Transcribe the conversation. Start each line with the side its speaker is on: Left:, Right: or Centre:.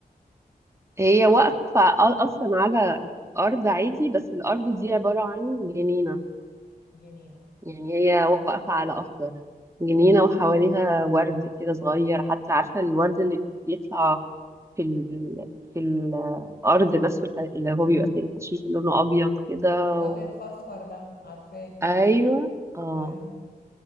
Right: هي واقفه أ- اصلا على ارض عادي بس الارض دي عباره عن جنينه
Left: جنينة
Right: يعني هي
Left: مم.
Right: واقفه على اخضر جنينه وحواليها ورد كده صغير حتى عارفه الورد اللي بيطلع في ال... في الارض نفسه الح- اللي هو
Left: مم.
Right: بيبقى في الحشيش
Left: مم.
Right: اللي لونه ابيض كده
Left: الأبيض
Right: و...
Left: في أصفر ده عارفاه
Right: ايوه اه
Left: أي